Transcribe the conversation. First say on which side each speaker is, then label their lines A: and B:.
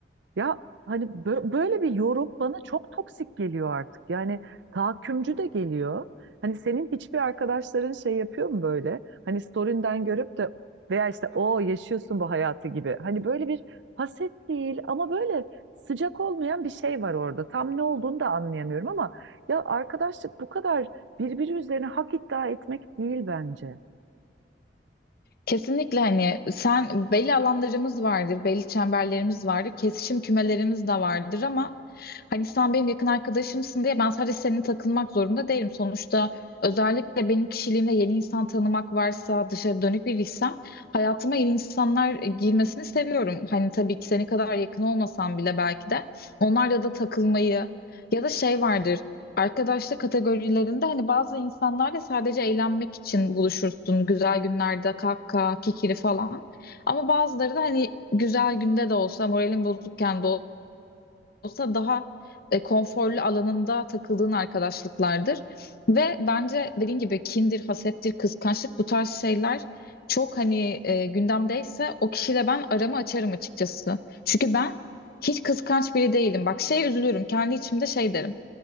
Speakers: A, on the right; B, on the left.
A: Ya hani bö- böyle bir yorum bana çok toksik geliyor artık. Yani tahakkümcü de geliyor. Hani senin hiçbir arkadaşların şey yapıyor mu böyle? Hani story'nden görüp de veya işte o yaşıyorsun bu hayatı gibi. Hani böyle bir haset değil ama böyle sıcak olmayan bir şey var orada. Tam ne olduğunu da anlayamıyorum ama ya arkadaşlık bu kadar birbiri üzerine hak iddia etmek değil bence.
B: Kesinlikle hani sen belli alanlarımız vardır, belli çemberlerimiz vardır, kesişim kümelerimiz de vardır ama hani sen benim yakın arkadaşımsın diye ben sadece seninle takılmak zorunda değilim. Sonuçta özellikle benim kişiliğimde yeni insan tanımak varsa, dışarı dönük biriysem hayatıma yeni insanlar girmesini seviyorum. Hani tabii ki seni kadar yakın olmasam bile belki de onlarla da takılmayı ya da şey vardır. Arkadaşlık kategorilerinde hani bazı insanlarla sadece eğlenmek için buluşursun. Güzel günlerde kahkaha, kikiri falan. Ama bazıları da hani güzel günde de olsa, moralin bozukken de olsa daha e, konforlu alanında takıldığın arkadaşlıklardır. Ve bence dediğin gibi kindir, hasettir, kıskançlık bu tarz şeyler çok hani e, gündemdeyse o kişiyle ben aramı açarım açıkçası. Çünkü ben hiç kıskanç biri değilim. Bak şey üzülürüm. Kendi içimde şey derim.